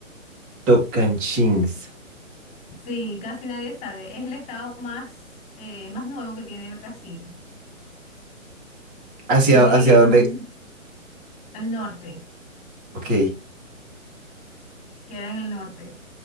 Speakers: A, on the right (about 20°); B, on the left (about 15°).
A: Tocantins.
B: Sí, casi nadie sabe. Es el estado más, eh, más nuevo que tiene Brasil.
A: ¿Hacia,
B: Tiene
A: hacia
B: más
A: dónde?
B: o menos al norte,
A: Ok,
B: queda en el norte